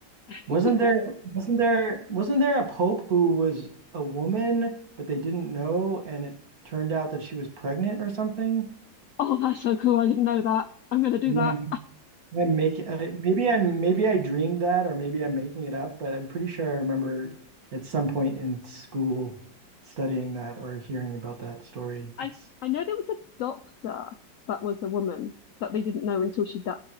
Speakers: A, on the left; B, on the right.
A: <laughs>
B: Wasn't there wasn't there wasn't there a pope who was a woman, but they didn't know, and it turned out that she was pregnant or something?
A: Oh, that's so cool. I didn't know that. I'm gonna do
B: Am
A: that.
B: I, I make I, maybe I maybe I dreamed that, or maybe I'm making it up, but I'm pretty sure I remember at some point in school studying that or hearing about that story.
A: I
B: It's
A: I know there was a doctor that was a woman that they didn't know until she di